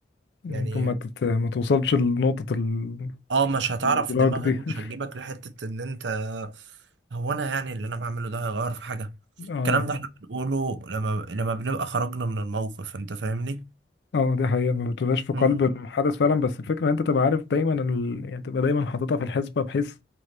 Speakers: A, on the left; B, on the right.
A: ممكن
B: يعني
A: ما تت... ما توصلش لنقطة ال...
B: اه مش هتعرف
A: الادراك
B: دماغك
A: دي
B: مش
A: <laughs>
B: هتجيبك لحتة ان انت هو انا يعني اللي انا بعمله ده هيغير في حاجة
A: اه
B: الكلام ده احنا بنقوله لما لما بنبقى خرجنا من الموقف انت فاهمني؟
A: اه دي حقيقة ما بتبقاش في قلب
B: مم.
A: الحدث فعلا بس الفكرة ان انت تبقى عارف دايما ال... يعني تبقى دايما حاططها في الحسبة بحيث